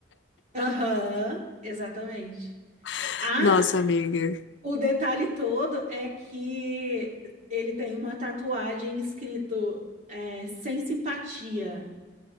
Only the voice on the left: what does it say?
<laughs>
Nossa, amiga.